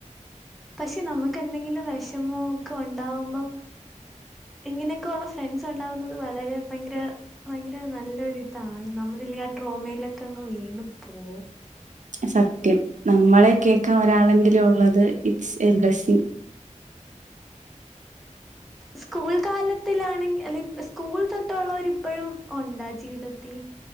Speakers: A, in the centre; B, on the right.
A: പക്ഷെ നമുക്ക് എന്തെങ്കിലും വിഷമോ ഒക്കെ ഉണ്ടാവുമ്പോം ഇങ്ങനെയൊക്കെയ ഉള്ള ഫ്രണ്ട്സ് ഉണ്ടാവുന്നത് വളരെ ഭയങ്കര ഭയങ്കര നല്ലൊരു ഇതാണ് നമ്മളല്ലെ ആ ട്രോമയിലൊക്കെ അങ്ങ് വീണു പോ
B: സത്യം നമ്മളെ കേൾക്കാൻ ഒരാളെങ്കിലും ഉള്ളത് ഇറ്റ്സ് എ ബ്ലസ്സിംഗ
A: സ്കൂൾ കാലത്തിലാണെങ്ക അല്ലെങ്ക സ്കൂൾ തൊട്ടുള്ളവരിപ്പോഴും ഉണ്ടാ ജീവിതത്തിൽ